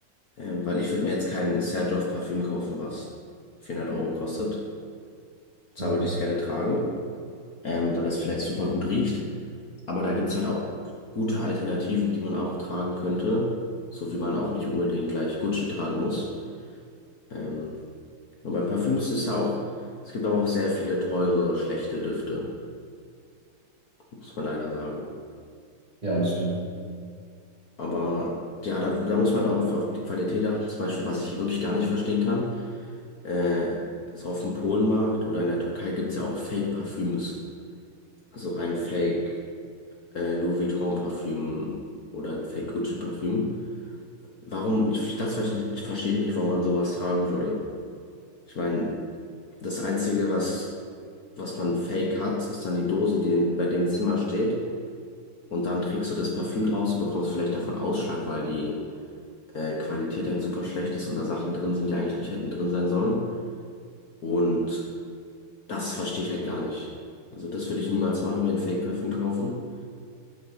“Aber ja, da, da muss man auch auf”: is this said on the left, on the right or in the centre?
Left